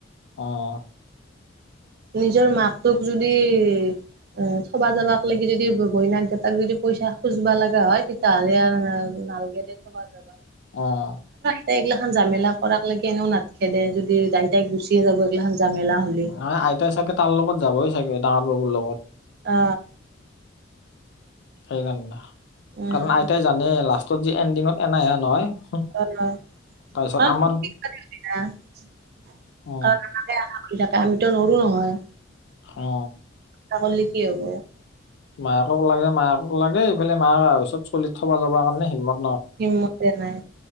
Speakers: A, on the left; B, on the right.
A: আহ
B: নিজৰ মাক তোক যদি এ থবা যাবাক লাগি যদি গৈনাক গটাক যদি পইচা খুজবা লগা হয় তেতিয়াহ'লে নাল গেট থবা যাবা
A: আহ।
B: ত এইগাান জামেলাক লৈকে এনেও নাত খেদে যদি তাই তাইক গুচিয়ে যাব এইগিলাখান জামেলা হ'লে
A: ম আইতাই চাগে তাৰ লগত যাবই চাগে ডাঙৰ বাবুৰ লগত
B: অ।
A: সেইকাৰণ
B: উম
A: কাৰণ আইতাই জানে লাষ্টত যি এণ্ডিঙত এনাই হে নহয়।
B: আহ
A: তাৰপিছত
B: <unintelligible>
A: আমাৰ অ
B: আতো নৰো নহয়
A: অ
B: তাকলে কি হ'ব।
A: মায়াকক লাগে মায়ক লাগে এইফালে মা ওছত চলিত থবা যাব কাৰণে হিমত
B: হিমমদ এ নাই